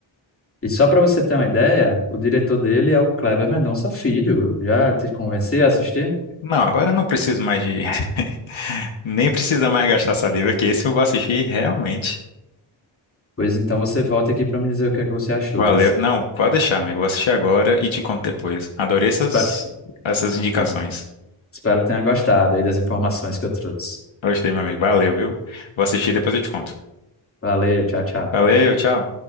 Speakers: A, on the left (about 30°); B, on the left (about 75°).
A: E só para você ter uma ideia, o diretor dele é o Kleber Mendonça Filho. Já te convenci a assistir?
B: Não, agora eu não preciso mais de. <laughs> Nem precisa mais gastar saliva, que esse eu vou assistir realmente.
A: Pois então você volta aqui para me dizer o que é que você achou
B: Valeu.
A: desse.
B: Não, pode deixar, amigo. Vou assistir agora e te conto depois. Adorei essas,
A: Espero,
B: essas indicações.
A: ah, espero que tenha gostado aí das informações que eu trouxe.
B: Gostei, meu amigo. Valeu, viu? Vou assistir e depois eu te conto.
A: Valeu, tchau, tchau.
B: Valeu, tchau.